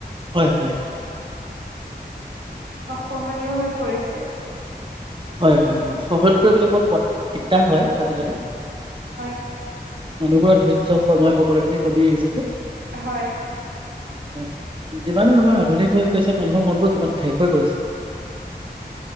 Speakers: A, on the right; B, on the right.
A: হয় হয়
B: খহনীয় হৈ পৰিছে
A: হয় হয় হয় সহজ কৰিবাক দিগদাৰ হয় আজিকালি
B: হয়
A: মানুহবোৰৰে ধৈৰ্য সময় সকলোে কেনে কমি আহিছে যে
B: হয়
A: হয় যিমানে আমাৰ আধুনিক হৈ গৈছে মানুহৰ মনবোৰ সিমান থেক হৈ গৈছে